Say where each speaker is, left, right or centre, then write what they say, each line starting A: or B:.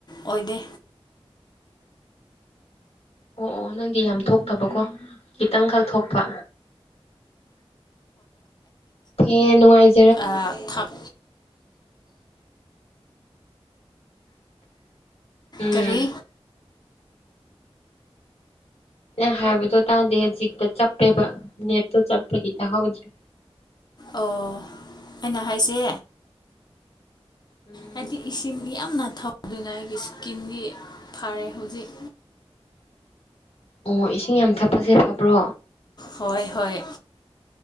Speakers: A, on the left; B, on the left.
A: ꯑꯣꯏꯗꯦ
B: ꯑꯣ ꯑꯣ ꯅꯪꯗꯤ ꯌꯥꯝ ꯊꯣꯛꯇꯕꯀꯣ ꯈꯤꯇꯪꯈꯛ ꯊꯣꯛꯄ ꯐꯦ ꯅꯨꯡꯉꯥꯏꯖꯦ
A: ꯑ ꯊꯝ
B: ꯎꯝ
A: ꯀꯔꯤ
B: ꯅꯪ ꯍꯥꯏꯕꯗꯣ ꯇꯥꯗꯦ ꯍꯧꯖꯤꯛꯇ ꯆꯠꯄꯦꯕ ꯅꯦꯠꯇꯣ ꯆꯠꯄꯒꯤ ꯇꯍꯧꯗ꯭ꯔꯦ
A: ꯑꯣ ꯑꯩꯅ ꯍꯥꯏꯁꯦ
B: ꯎꯝ
A: ꯍꯥꯏꯗꯤ ꯏꯁꯤꯡ ꯌꯥꯝꯅ ꯊꯧꯗꯨꯅ ꯑꯩꯒꯤ ꯏꯁꯀꯤꯟꯗꯤ ꯐꯔꯦ ꯍꯧꯖꯤꯛ
B: ꯑꯣ ꯏꯁꯤꯡ ꯌꯥꯝ ꯊꯛꯄꯁꯦ ꯐꯕ꯭ꯔꯣ
A: ꯍꯣꯏ ꯍꯣꯏ